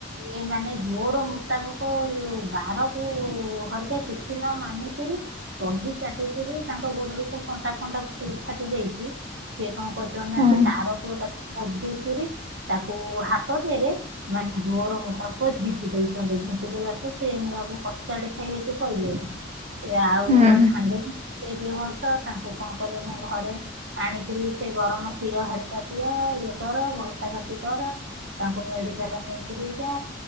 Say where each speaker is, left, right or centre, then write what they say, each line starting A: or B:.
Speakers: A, on the right; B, on the right.
A: ଏ ମାନେ ଜୋର ମୁତାବକ ଯୋଉ ବାର
B: ହୁଁ
A: ଘରିକ କିଛି ନ ମାନିକରି ଚଢି ଚାଟିକିରି ତାଙ୍କ ଗୋଡରେ ସବୁ କଣ୍ଟା ଫଣ୍ଟା ଫାଟି ଯାଇଛି ସେ କଣ କରିଛନ୍ତି ନା
B: ହଁ
A: ସେ ତାର ପୁଅ ମଡିକରି ତାକୁ ହାତ ଦେରେ ମାନେ ଜୋର ମୁତାବକ ଝିଙ୍କି ଦେଇଛନ୍ତି ଝିଙ୍କି ଦେବାକୁ ସେ ନୂଆ ବୋହୁ କଚାଡି ସେ ହେତୁ କହିଲେ ଏ ଆଉ
B: ହୁଁ
A: ସାଙ୍ଗେ ଏବେହସ ତାଙ୍କୁ କଣ କଲେ ନା ଘରେ ଆଣିକିରି ସେ ଗରମ କ୍ଷୀର ହରକା ପିଆ ଇବର ବ କଫି କର ତାକୁ ପାଇଁ ଏବେ ଲ ନେଇକିରି ଯାଅ